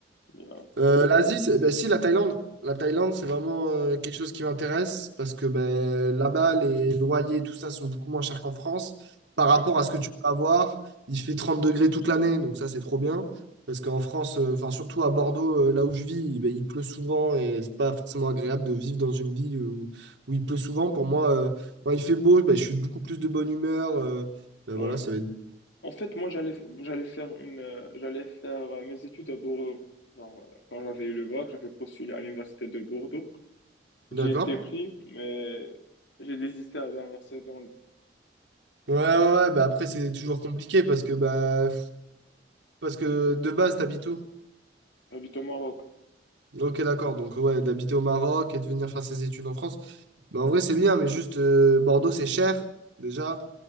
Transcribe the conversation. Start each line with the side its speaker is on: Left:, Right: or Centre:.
Left: Bien.
Right: Euh, l'Asie, c'est- ben, si, la Thaïlande. La Thaïlande, c'est vraiment euh, quelque chose qui m'intéresse parce que ben, là-bas, les loyers et tout ça sont beaucoup moins chers qu'en France. Par rapport
Left: Ouais.
Right: à ce que tu peux avoir, il fait 30 degrés toute l'année, donc ça, c'est trop bien. Parce qu'en France, euh, enfin, surtout à Bordeaux, euh, là où je vis, ben, il pleut souvent et c'est pas forcément agréable de vivre dans une ville où, où il pleut souvent. Pour moi, euh, quand il fait beau, ben, je suis beaucoup plus de bonne humeur. euh, ben,
Left: Ouais.
Right: voilà, ça va être.
Left: En fait, moi, j'allais, j'allais faire une, euh, j'allais faire euh, mes études à Bordeaux. Genre, euh, quand j'avais eu le bac, j'avais postulé à l'université de Bordeaux. J'ai
Right: D'accord?
Left: été pris, mais j'ai désisté à la dernière seconde.
Right: Ouais, ouais, ouais, bah après c'est toujours compliqué parce que bah Parce que de base, t'habites où?
Left: J'habite au Maroc.
Right: Ok, d'accord. Donc, ouais, d'habiter au Maroc et de venir faire ses études en France. Mais en vrai, c'est bien, mais juste euh, Bordeaux, c'est cher, déjà,